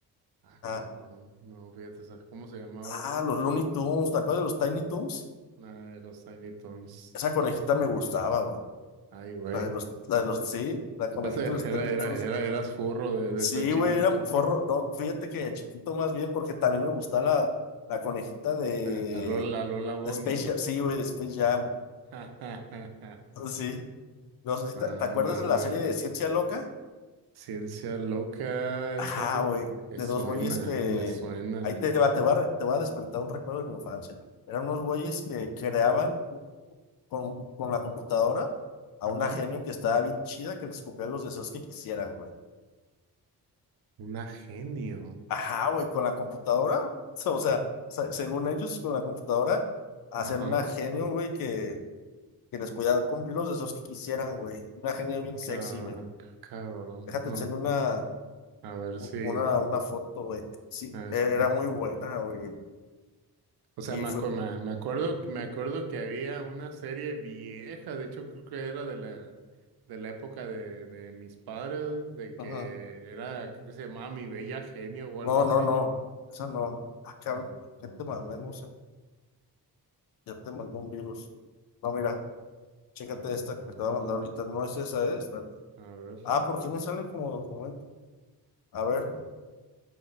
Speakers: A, on the right; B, on the left.
A: Ah,
B: Ah,
A: cabrón. No, fíjate, ¿sabes cómo se llamaba eso?
B: ah, los Looney Tunes, ¿te acuerdas de los Tiny Toons?
A: Nada, de los Tiny Toons.
B: Esa conejita me gustaba, güey.
A: Ay, güey.
B: La de los, la de los, sí, la conejita
A: Era, <laughs>
B: de los
A: era,
B: Tiny
A: era,
B: Toons.
A: era- eras furro de, de
B: Sí,
A: tu chiquito.
B: güey, era forro. No, fíjate que de chiquito más bien, porque también me gustaba la, la conejita
A: <laughs>
B: de,
A: La, la Lola, la Lola Bonnie.
B: de Space
A: <laughs>
B: Jam. Sí, güey, de Space Jam.
A: Ja, ja, ja, ja.
B: <laughs> Sí. No sé si
A: No,
B: te, ¿te acuerdas
A: no,
B: de
A: manches.
B: la serie de Ciencia Loca?
A: Ciencia loca,
B: Ajá,
A: esa se-
B: güey.
A: me
B: De
A: suena,
B: dos güeyes que.
A: me suena.
B: Ahí te va, te va, a re- te va a despertar un recuerdo de mi infancia. Eran unos güeyes que creaban con, con la computadora a
A: Ajá.
B: una genio que estaba bien chida que les cumplía los deseos que quisieran, güey.
A: Una genio.
B: Ajá, güey, con la computadora. <laughs> O sea, se- según ellos, con la computadora hacían
A: Ajá.
B: una genio, güey, que, que les podía cumplir los deseos que quisieran, güey. Una genio bien
A: Ah,
B: sexy,
A: ca-
B: güey.
A: ca- Cabrón.
B: Déjate
A: No.
B: enseño una
A: A ver si.
B: una, una foto, güey. Sí,
A: A ver,
B: e-
A: si-
B: era muy buena, güey.
A: O sea,
B: Y
A: me,
B: fue,
A: acu- me, me acuerdo, me acuerdo que había una serie vieja, de hecho creo que era de la, de la época de, de mis padres, de que
B: ajá.
A: era, creo que se llamaba Mi Bella Genio o algo
B: No,
A: así.
B: no, no. Esa no. Ah, cabrón.
A: Ah,
B: ¿Qué
A: a
B: te
A: ver,
B: mandé, no sé? Ya te mandó un virus. No, mira, chécate
A: a ver,
B: esta
A: a
B: que te
A: ver,
B: voy a mandar ahorita. No es esa, es. la-
A: a ver,
B: Ah, ¿por qué me salen como documento? A ver, no,